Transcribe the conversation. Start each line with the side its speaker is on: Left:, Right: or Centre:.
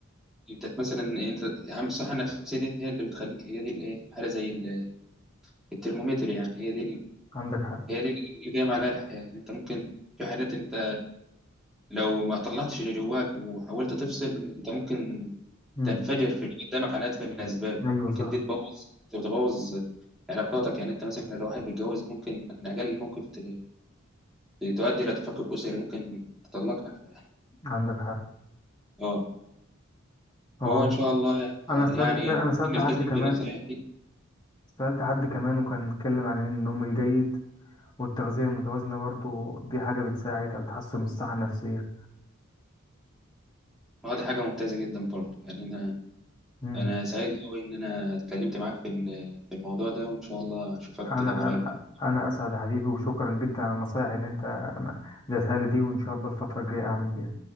Centre: انت مثلا إيه، انت اهم الصحه النفسيه ديت هي اللي بتخلي هي دي الايه حاله زي ال- الترمومتر يعني هي دي ال-
Left: عندك حق
Centre: هي دي اللي جايه عليها الحياه يعني انت ممكن في حاجات انت لو ما طلعتش اللي جواك وحاولت تفصل انت ممكن
Left: مم.
Centre: تنفجر في اللي قدامك على اتفه الاسباب
Left: أيوة
Centre: ممكن
Left: صح
Centre: دي تبوظ تبوظ علاقاتك يعني انت مثلا لو واحد بيتجوز ممكن من اجل موقف ت- تؤدي الى تفكك اسري ممكن تطلقها ف-
Left: عندك حق
Centre: اه
Left: هو
Centre: فهو ان شاء الله
Left: أنا سألت
Centre: يعني
Left: ك- أنا سألت
Centre: نلتزم
Left: حد كمان
Centre: بالنصائح دي
Left: سألت حد كمان وكان اتكلم عن إن النوم الجيد والتغذية المتوازنة برضو دي حاجة بتساعد على تحسن الصحة النفسية
Centre: اه دي حاجة ممتازة جدا برضه يعني أنا
Left: مم.
Centre: أنا سعيد أوي إن أنا اتكلمت معاك في ال- في الموضوع ده وإن شاء الله أشوفك
Left: انا
Centre: كده قريب
Left: انا
Centre: يعني.
Left: انا اسعد يا حبيبي وشكرا جدا على النصايح اللي انت ديتها لي دي وان شاء الله الفتره الجايه اعمل بيها